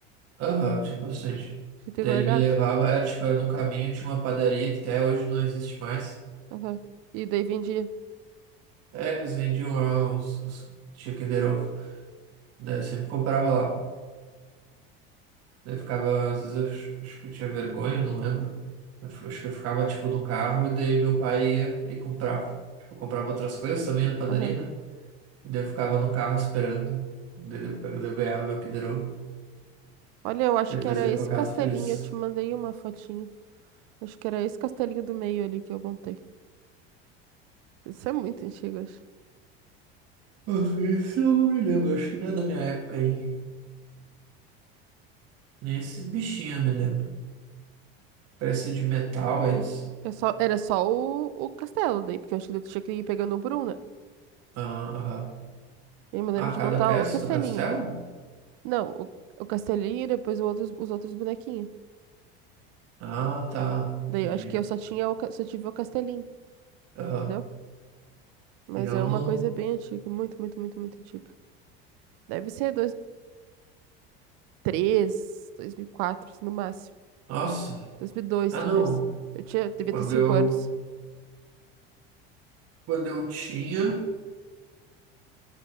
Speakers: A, on the right; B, on the right.
A: Aham, eu tinha bastante.
B: Devia ter
A: Daí
B: guardado.
A: ele me levava, era, tipo, era no caminho, tinha uma padaria que até hoje não existe mais.
B: Aham. E daí vendia.
A: É, eles vendiam lá os, os, tinha Kinder Ovo. Daí eu sempre comprava lá. Daí Eu ficava, às vezes eu acho acho que eu tinha vergonha, eu não lembro. Eu f- acho que eu ficava, tipo, no carro e daí meu pai ia e comprava. Tipo, eu comprava outras coisas também na padaria,
B: Aham.
A: né? E daí eu ficava no carro esperando. Daí eu, pe- daí eu ganhava meu Kinder Ovo.
B: Olha, eu acho
A: Depois
B: que era
A: eu
B: esse
A: ia pra casa
B: castelinho,
A: feliz.
B: eu te mandei uma fotinha. Acho que era esse castelinho do meio ali que eu montei. Isso é muito antigo, acho.
A: Nossa, esse eu não me lembro, acho que não é da minha época aí. Nem esses bichinhos eu me lembro. Peça de metal, eles.
B: É só- era só o, o castelo daí, porque eu acho que daí tu tinha que ir pegando um por um, né?
A: Ah, aham.
B: Eu me lembro
A: Ah,
B: de
A: cada
B: montar
A: peça
B: o castelinho.
A: do castelo?
B: Não, o, o castelinho e depois o outros, os outros bonequinhos.
A: Ah, tá.
B: Daí
A: Entendi.
B: eu acho que eu só tinha o, ca- só tive o castelinho,
A: Aham.
B: entendeu? Mas
A: Eu
B: é
A: não.
B: uma coisa bem antiga, muito, muito, muito, muito antiga. Deve ser 2003, 2004, assim, no máximo.
A: Nossa.
B: dois mil e dois
A: Ah,
B: talvez.
A: não.
B: Eu tinha, devia
A: Quando
B: ter cinco
A: eu
B: anos.
A: Quando eu tinha,